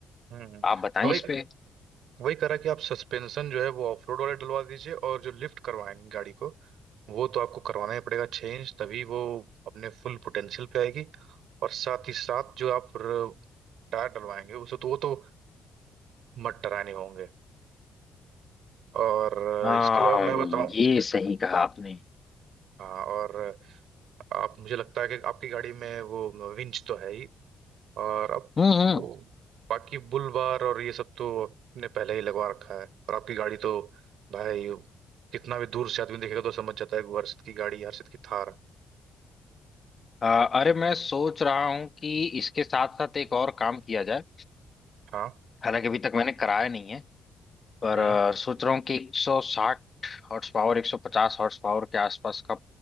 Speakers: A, on the right; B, on the left.
A: हम्म हम्म।
B: आप बताएं
A: वही
B: इस पे
A: वही करा कि आप सस्पेंशन जो है वो ऑफ रोड वाले डलवा दीजिए और जो लिफ्ट करवाएंगे गाड़ी को वो तो आपको करवाना ही पड़ेगा छः इंच तभी वो अपने फुल पोटेंशियल पे आएगी और साथ ही साथ जो आप र- टायर डलवाएंगे उसे तो वो तो मड डराने होंगे और अ,
B: हाँ
A: इसके अलावा मैं बताऊं
B: ये सही कहा आपने
A: हाँ और अ, आप मुझे लगता है कि आपकी गाड़ी में वो विंच तो है ही और अब
B: हम्म हम्म
A: वो बाकी बुल बार और ये सब तो आपने पहले ही लगवा रखा है और आपकी गाड़ी तो भाई कितना भी दूर से आदमी देखेगा तो समझ जाता है कि वो हर्षित की गाड़ी है, हर्षित की थार है।
B: अ, अरे मैं सोच रहा हूँ कि इसके साथ साथ एक और काम किया जाए
A: हाँ
B: हालांकि अभी तक मैंने कराया नहीं है पर
A: हम्म
B: अ, सोच रहा हूँ कि 160 हॉर्स पावर 150 हॉर्स पावर के आसपास का